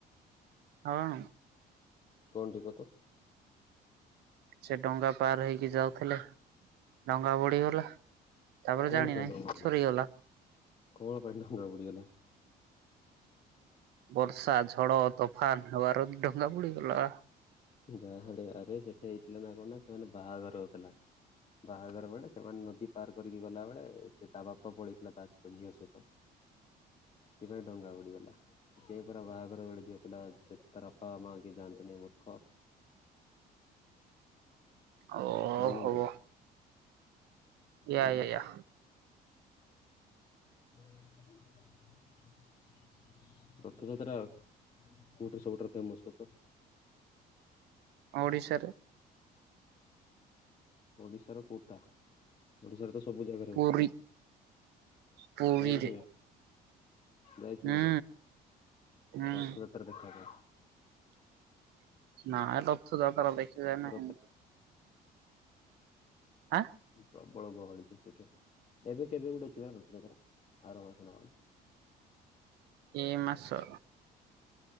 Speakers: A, on the right; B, on the left.
A: ହଁ।
B: <unintelligible> ଟିକେ ତ?
A: ସେ ଡଙ୍ଗା ପାର ହେଇକି ଯାଉଥିଲେ, ଡଙ୍ଗା ବୁଡିଗଲା। ତାପରେ
B: କଣ
A: ଜାଣିନାହିଁ
B: ପାଇଁ ଡଙ୍ଗା ବୁଡିଗଲା?
A: ସରିଗଲା।
B: କଣ ପାଇଁ ଡଙ୍ଗା ବୁଡିଗଲା?
A: ବର୍ଷା, ଝଡ଼, ତୋଫାନ, ହୱାର ଡଙ୍ଗା ବୁ଼ଡି ଗଲା।
B: ଜାହାଡେ ଆରେ ସେଠି ହେଇଥିଲା, ନା କଣ ନା ସେମାନେ ବାହାଘର ହଉଥିଲା। ବାହାଘର ବେଳେ ସେମାନେ ନଦୀ ପାର କରିକି ଗଲାବେେଳେ, ସେ ତା ବାପା ପଳେଇଥିଲା, ତା ସହିତ ଝିଅ ସହିତ। ସେଥିପାଇଁ ଡଙ୍ଗା ବୁଡିଗଲା। ସେପରା ବାହାଘର ବେଳେ, ଝିଅ ପିଲା ସେତାର ବାପା, ମା କେ ଯାଆନ୍ତିନି ମ ଖ
A: ଓ
B: ଜାଣିନୁ
A: ହବ
B: କିରେ।
A: ୟା,
B: ଉଁ
A: ୟା, ୟା
B: <inaudible> ରଥଯାତ୍ରା କୋଉଠି ସବୁଠାରୁ ଫେମସ୍ କହ ତ?
A: ଓଡିଶାରେ।
B: ଓଡ଼ିଶାର କଉଟା ଓଡ଼ିଶାରେ ତ ସବୁ ଜାଗାରେ
A: ପୁରୀ
B: ହଉଚି।
A: ପୁରୀରେ
B: ଯାଇଚୁ କେବେ ଯାଇଚୁ
A: ହୁଁ
B: ନା ନାହିଁ
A: ହୁଁ
B: ରଥଯାତ ତ୍ରା ଦେଖିବା ପାଇଁ।
A: ନା ରଥଯାତେରା ଦେଖିବା ନାହିଁ।
B: ରଥ
A: ଆଁ।
B: ପ୍ରବଳ ଗହଳି ହେଇଚି ସେଠି ଏବେ କେବେ ଗୋଟେ ଯିବ ରଥଯାତ୍ରା ଆର ମାସ ନା କଣ୍।
A: ଏଇ ମାସ।